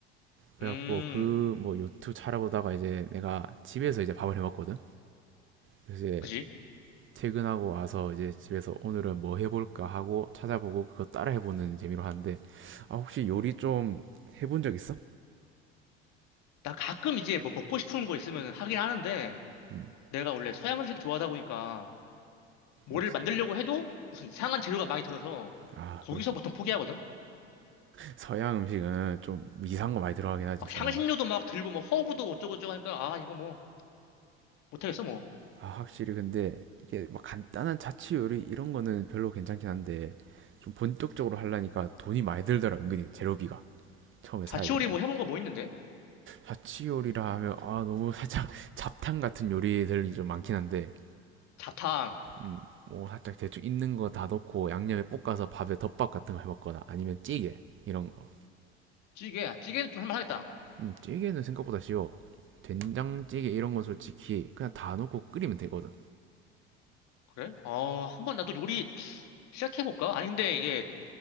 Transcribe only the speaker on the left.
음,
그지?
나 가끔 이제 뭐 먹고 싶은 거 있으면 하긴 하는데,
내가 원래 서양 음식 좋아하다 보니까, 뭐를
만들려고 해도 무슨 이상한 재료가 많이 들어서,
거기서
보통 포기하거든?
막
향신료도
막 들고 뭐 허브도 어쩌고저쩌고 하니까, 아, 이거 뭐, 못하겠어 뭐.
자취요리
뭐 해본 거 뭐 있는데?
잡탕,
찌개, 아, 찌개는 좀 할만하겠다.
그래? 어, 한번 나도 요리 시작해볼까? 아니, 근데 이게